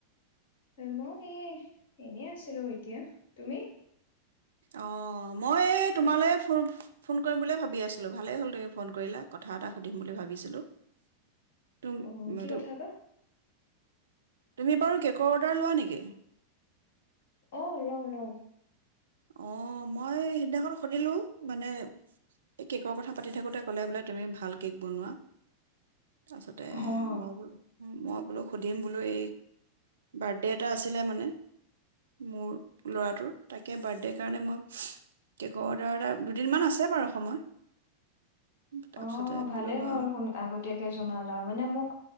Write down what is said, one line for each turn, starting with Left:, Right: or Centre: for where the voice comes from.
Left: মই এই এনেই আছিলো এতিয়া তুমি?
Right: অঁ মই তোমালৈ ফোন ফোন কৰিম বুলিয়ে ভাবি আছিলো ভালেই হ'ল তুমি ফোন কৰিলা কথা এটা সুধিম বুলি ভাবিছিলোঁ। তুম
Left: অ কি
Right: তু-
Left: কথা বা?
Right: তুমি বাৰু কেকৰ অৰ্ডাৰ লোৱা নেকি?
Left: অহ লওঁ লওঁ।
Right: অঁ মই সিদিনাখন সুধিলোঁ মানে এই কেকৰ কথা পাতি থাকোঁতে ক'লে বোলে তুমি ভাল কেক বনোৱা। তাৰপাছতে
Left: অ'
Right: মই কলো - মই বোলো সুধিম বোলো এই বাৰ্থডে' এটা আছিলে মানে মোৰ ল'ৰাটোৰ তাকে। তাকে বাৰ্থডেৰ কাৰণে মই কেকৰ অৰ্ডাৰ এটা দুদিনমান আছে বাৰু সময়- তাৰপিছতে
Left: অ ভালেই
Right: বোলো মই
Left: হ'ল শুন আগতীয়াকে জনালা মানে মোক